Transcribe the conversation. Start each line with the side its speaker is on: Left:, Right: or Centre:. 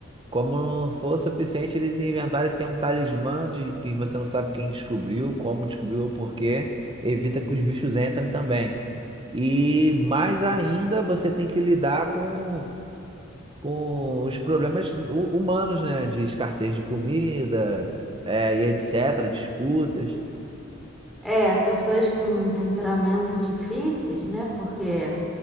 Right: Como não for suficiente, eles inventarem que tem um talismã de que você não sabe quem descobriu, como descobriu ou por quê. Evita que os bichos entrem também. E mais ainda, você tem que lidar com com os problemas hu- humanos, né? De escassez de comida, é, e etc., disputas.
Centre: É, pessoas com temperamento difíceis, né? Porque